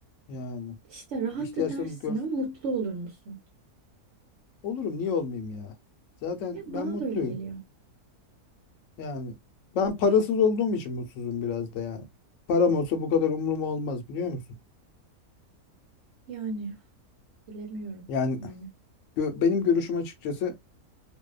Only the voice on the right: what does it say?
İşte rahat
edersin
ama mutlu olur musun?
Ya
bana
da öyle geliyor.
Yani bilemiyorum
yani.